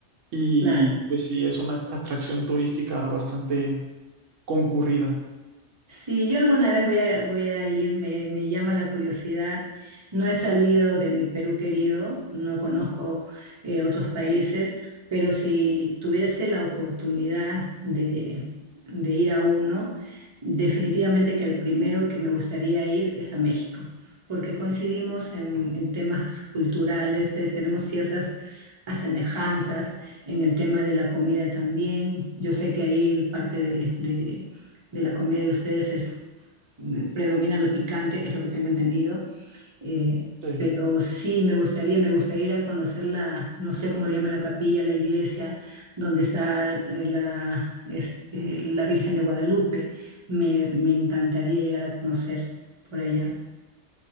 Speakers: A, on the right; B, on the right.
A: Y
B: Claro.
A: pues sí, es una atracción turística bastante concurrida.
B: Si yo alguna vez voy a, voy a ir, me, me llama la curiosidad. No he salido de mi Perú querido, no conozco eh, otros países, pero si tuviese la oportunidad de, de ir a uno, definitivamente que el primero que me gustaría ir es a México, porque coincidimos en, en temas culturales, te- tenemos ciertas asemejanzas en el tema de la comida también. Yo sé que ahí parte de, de de la comida de ustedes es, predomina lo picante, es lo que tengo entendido. Eh,
A: Sí.
B: pero sí, me gustaría, me gustaría ir a conocer la, no sé cómo le llaman la capilla, la iglesia, donde está eh, la, este, la Virgen de Guadalupe. Me, me encantaría llegar a conocer por allá.